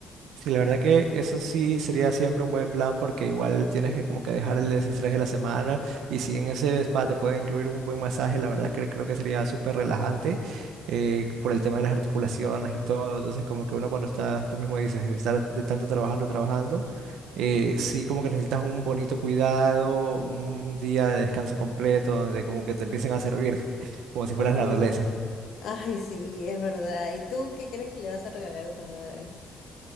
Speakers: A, on the right (about 80°); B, on the left (about 75°).
A: Sí, la verdad que eso sí sería siempre un buen plan porque igual tienes que como que dejar el desestrés de la semana y si en ese spa te pueden incluir un buen masaje, la verdad que creo que sería súper relajante eh, por el tema de las articulaciones y todo. Entonces como que uno cuando está, tú mismo dices, estar de tanto trabajando, trabajando, eh, sí como que necesitas un bonito cuidado, un día de descanso completo donde como que te empiecen a servir como si
B: Ujú.
A: fueras la realeza.
B: Ay, sí, es verdad. ¿Y tú qué crees que le vas a regalar a tu madre?